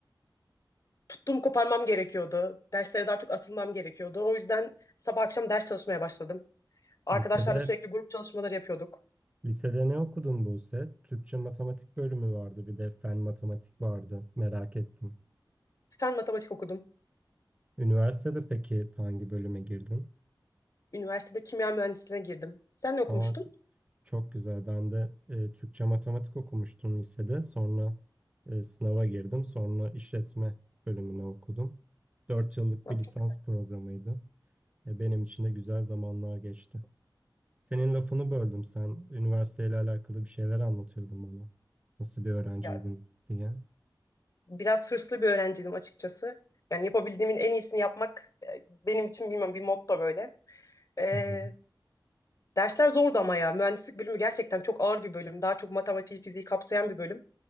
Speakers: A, on the left; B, on the right.
A: tuttuğum koparmam gerekiyordu. Derslere daha çok asılmam gerekiyordu. O yüzden sabah akşam ders çalışmaya başladım. Arkadaşlarla
B: Lisede
A: sürekli grup çalışmaları yapıyorduk.
B: lisede ne okudun Buse? Türkçe matematik bölümü vardı, bir de fen matematik vardı. Merak ettim.
A: Fen matematik okudum.
B: Üniversitede peki hangi bölüme girdin?
A: Üniversitede kimya mühendisliğine girdim. Sen ne okumuştun?
B: Aa, çok güzel. Ben de e, Türkçe matematik okumuştum lisede. Sonra e, sınava girdim. Sonra işletme bölümüne okudum. dört yıllık
A: Ben
B: bir lisans
A: çok
B: programıydı. Ya benim için de güzel zamanlar geçti. Senin lafını böldüm. Sen üniversiteyle alakalı bir şeyler anlatıyordun bana. Nasıl bir öğrenciydin
A: ya,
B: diye.
A: biraz hırslı bir öğrenciydim açıkçası. Yani yapabildiğimin en iyisini yapmak e, benim için bilmem bir motto böyle. Ee,
B: Hı hı.
A: dersler zordu ama ya. Mühendislik bölümü gerçekten çok ağır bir bölüm. Daha çok matematiği, fiziği kapsayan bir bölüm.